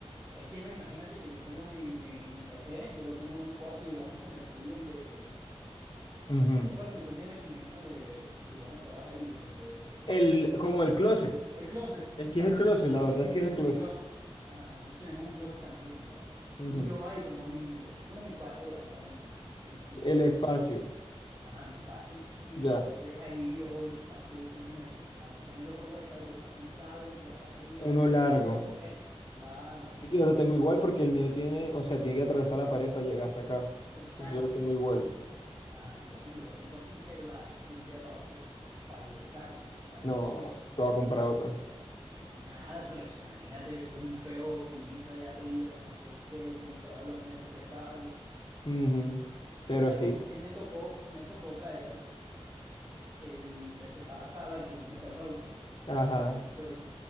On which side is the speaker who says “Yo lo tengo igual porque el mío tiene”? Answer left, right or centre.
Left